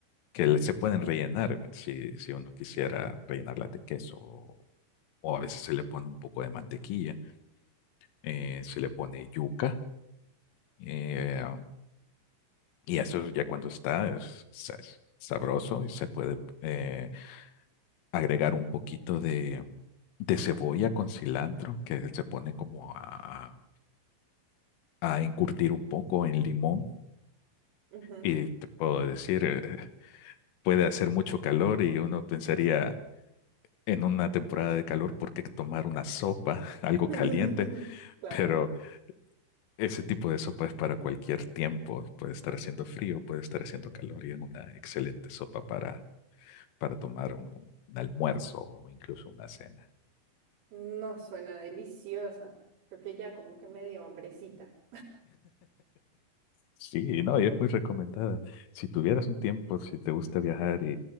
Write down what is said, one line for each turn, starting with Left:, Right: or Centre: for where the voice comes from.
Left: que le- se pueden rellenar si, si uno quisiera rellenarla de queso o, o a veces se le pone un poco de mantequilla, eh, se le pone yuca eh, y eso ya cuando está es, sa- es sabroso y se puede eh, agregar un poquito de, de cebolla con cilantro que se pone como a, a encurtir un poco en limón
Right: ujú.
Left: y te puedo decir, eh, puede hacer mucho calor y uno pensaría... en una temporada de calor por qué tomar una sopa, <laughs> algo
Right: <laughs>
Left: caliente,
Right: Claro.
Left: pero ese tipo de sopa es para cualquier tiempo. Puede estar haciendo frío, puede estar haciendo calor y es una excelente sopa para, para tomar un, un almuerzo o incluso una cena.
Right: No suena deliciosa. Creo que ya como que me dio hambrecita.
Left: Sí, no, y es muy recomendada. Si tuvieras un tiempo, si te gusta viajar y,